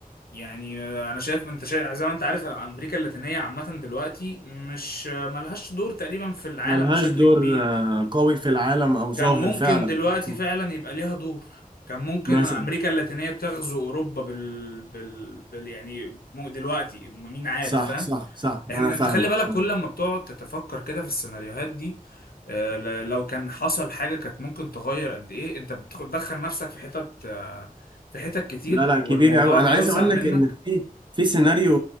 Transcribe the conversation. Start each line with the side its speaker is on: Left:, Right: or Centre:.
Left: يعني انا شايف انت شايف زي ما انت عارف امريكا اللاتينيه عامه دلوقتي مش ملهاش دور تقريبا في العالم
Right: ملهاش
Left: بشكل
Right: دور
Left: كبير
Right: آه، قوي في العالم او ظاهر
Left: كان ممكن
Right: فعلا
Left: دلوقتي
Right: صح
Left: فعلا يبقى ليها دور كان ممكن
Right: مثلا
Left: امريكا اللاتينيه تغزو اوروبا بال, بال... بال... يعني مو دلوقتي مين عارف
Right: صح
Left: فاهم
Right: صح صح انا
Left: احنا
Right: فاهمك
Left: انت خلي بالك
Right: فاهمك
Left: كل لما بتقعد تتفكر كده في السيناريوهات دي آه، ل- لو كان حصل حاجه كانت ممكن تغير قد ايه انت بتدخل نفسك في حتت آه، في حتت كتير
Right: لا لا
Left: والموضوع
Right: كبير قوي
Left: بيوسع
Right: انا عايز اقول
Left: منك
Right: لك ان في في سيناريو